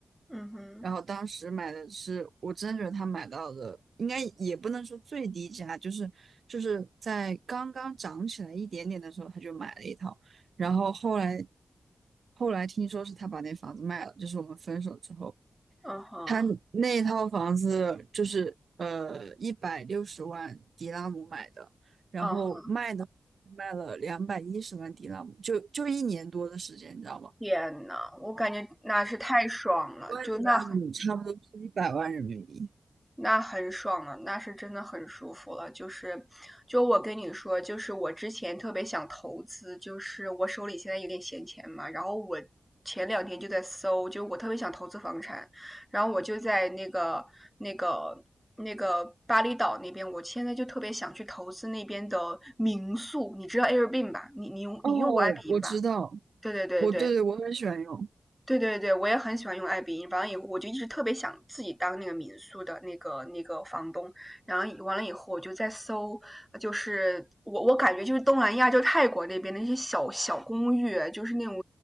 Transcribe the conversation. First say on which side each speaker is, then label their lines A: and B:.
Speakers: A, in the centre; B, on the right.
A: 嗯哼，
B: 然后当时买的是，我真的觉得他买到的应该也不能说最低价，就是就是在刚刚涨起来一点点的时候他就买了一套。然后后来后来听说是他把那房子卖了，就是我们分手之后。
A: 嗯哼，
B: 他那套房子就是呃一百六十万迪拉姆买的，然后卖的卖了两百一十万迪拉姆，
A: 嗯哼，
B: 就就一年多的时间，你知道吗？
A: 天呐，我感觉那是太爽了，
B: 一万迪拉姆差不多是一百万人民币。
A: 就那很。那很爽了，那是真的很舒服了。就是，就我跟你说，就是我之前特别想投资，就是我手里现在有点闲钱嘛，然后我前两天就在搜，就我特别想投资房产，然后我就在那个那个那个巴厘岛那边，我现在就特别想去投资那边的民宿，你知道 Airbnb 吧？你你用你用过
B: 哦，
A: Airbnb
B: 我知道，
A: 吧？对对对对，
B: 我对对，我很喜欢用，
A: 对对对，我也很喜欢用爱彼迎。完了以后，我就一直特别想自己当那个民宿的那个那个房东。然后以完了以后，我就在搜，就是我我感觉就是东南亚，就是泰国那边的那些小小公寓，就是那种